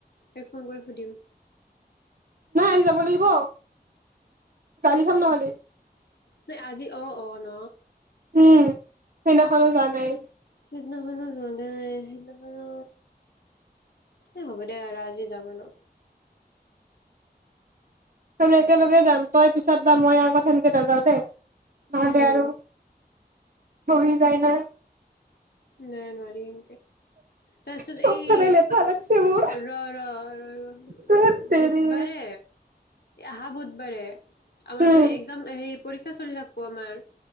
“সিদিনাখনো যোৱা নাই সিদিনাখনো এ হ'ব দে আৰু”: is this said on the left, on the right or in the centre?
Left